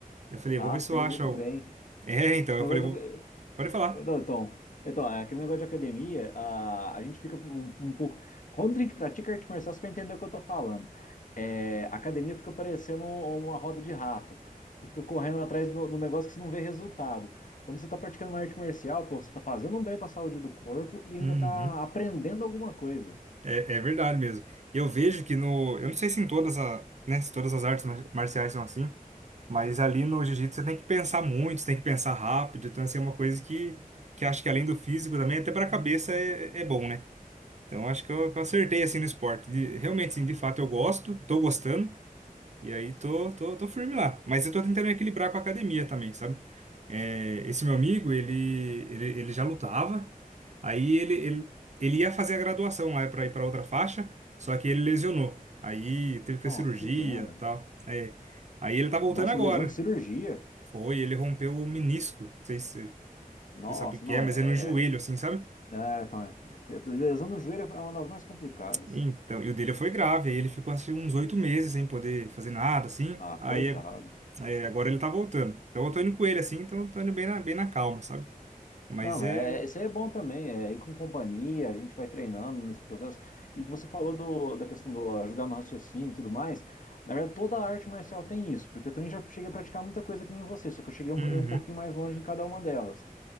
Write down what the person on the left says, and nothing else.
Ah,
sei
muito
bem.
Esse
negócio
de-
É, Não, então, então, é, aquele negócio de academia, a, a gente fica um, um pouco. Quando a gente pratica arte marcial, você vai entender o que eu tô falando. É, a academia fica parecendo um- uma roda de rato. Você fica correndo atrás do, do negócio que você não vê resultado. Quando você está praticando uma arte marcial, pô, você está fazendo um bem para a saúde do corpo e ainda
está aprendendo alguma coisa.
Nossa,
que pena.
Nossa,
lesão de cirurgia.
Nossa,
não,
é,
é,
é, é, então, é- lesão no joelho é uma das mais complicadas.
Ah,
coitado.
Não,
é, é, isso aí é bom também, é ir com companhia, a gente vai treinando nesse processo. E você falou do, da questão do ajudar no raciocínio e tudo mais. Na verdade, toda a arte marcial tem isso, porque eu também já cheguei a praticar muita coisa que nem você, só que eu cheguei um,
eu um pouquinho mais longe em cada uma delas.